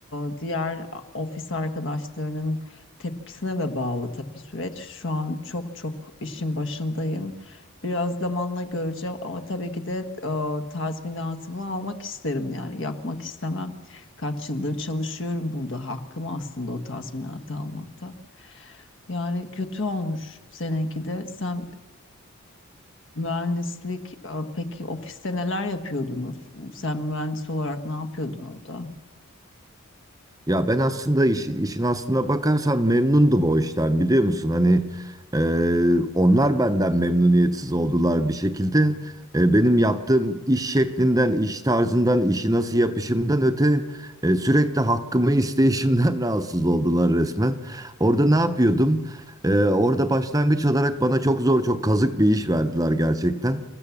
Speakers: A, on the left (about 60°); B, on the right (about 15°).
A: e, diğer ofis arkadaşlarının tepkisine de bağlı tabii süreç. Şu an çok çok işin başındayım. Biraz zamanla göreceğim ama tabii ki de e, tazminatımı almak isterim yani yakmak istemem. Kaç yıldır çalışıyorum burada hakkım aslında o tazminatı almakta. Yani kötü olmuş seninki de. Sen Mühendislik, e, peki ofiste neler yapıyordunuz? Sen mühendis olarak ne yapıyordun orada?
B: Ya ben aslında iş- işin aslına bakarsan memnundum o işten biliyor musun? Hani e, onlar benden memnuniyetsiz oldular bir şekilde. E, benim yaptığım iş şeklinden, iş tarzından, işi nasıl yapışımdan öte e, sürekli hakkımı isteyişimden <laughs> rahatsız oldular resmen. Orada ne yapıyordum? E, orada başlangıç olarak bana çok zor, çok kazık bir iş verdiler gerçekten.